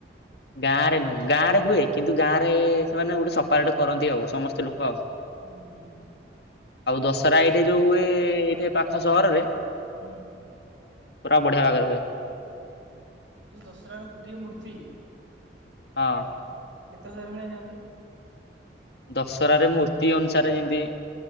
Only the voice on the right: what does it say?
ହୁଁ ହୁଁ।
ହୁଁ।
ଓହୋ ଯୋଉ ଦଶରାର ଗୋଟିଏ ମୂର୍ତ୍ତି
କେତେ ହଜାର ଭଳିଆ ନିଅନ୍ତି।